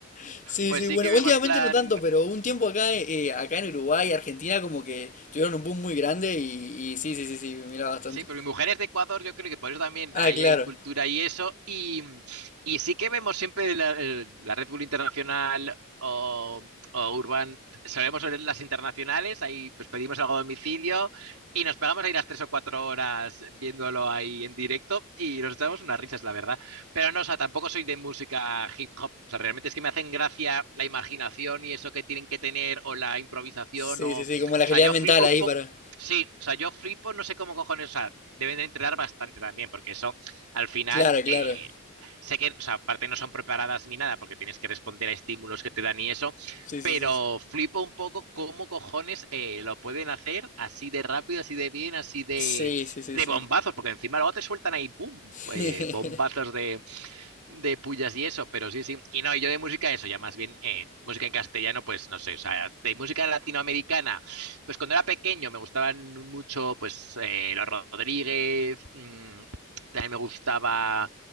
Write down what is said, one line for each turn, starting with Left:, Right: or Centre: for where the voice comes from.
Left: sí. Sí,
Right: pues
Left: sí.
Right: sí
Left: Bueno,
Right: que vemos
Left: últimamente
Right: plan.
Left: no tanto, pero un tiempo acá, eh, acá en Uruguay, Argentina, como que tuvieron un boom muy grande y, y sí, sí, sí, sí, miraba bastante.
Right: Sí, pero mi mujer es de Ecuador, yo creo que por eso también
Left: Ah,
Right: ahí
Left: claro.
Right: hay cultura y eso. Y, y sí que vemos siempre la, eh, la Red Bull Internacional o, o Urban, solemos ver las internacionales, ahí pues pedimos algo a domicilio y nos pegamos ahí las tres o cuatro horas viéndolo ahí en directo y nos echamos unas risas, la verdad. Pero no, o sea, tampoco soy de música hip hop, o sea, realmente es que me hacen gracia la imaginación y eso que tienen que tener o la improvisación
Left: Sí,
Right: o,
Left: sí,
Right: o
Left: sí, como la
Right: sea,
Left: agilidad
Right: yo
Left: mental
Right: flipo
Left: ahí
Right: un poco
Left: para...
Right: Sí, o sea, yo flipo, no sé cómo cojones, o sea, deben de entrenar bastante también, porque eso al final,
Left: Claro, claro.
Right: eh, sé que, o sea, aparte no son preparadas ni nada, porque tienes que responder a estímulos que te dan y eso,
Left: Sí,
Right: pero
Left: sí, sí.
Right: flipo un poco cómo cojones eh, lo pueden hacer así de rápido, así de bien, así de,
Left: Sí, sí, sí,
Right: de
Left: sí.
Right: bombazos, porque encima luego te sueltan ahí, ¡pum!,
Left: Sí,
Right: eh, bombazos
Left: <laughs>
Right: de de pullas y eso, pero sí, sí. Y no, y yo de música eso, ya más bien eh, música en castellano, pues no sé, o sea, de música latinoamericana, pues cuando era pequeño me gustaban mucho, pues, eh, los Rodríguez, mmm, también me gustaba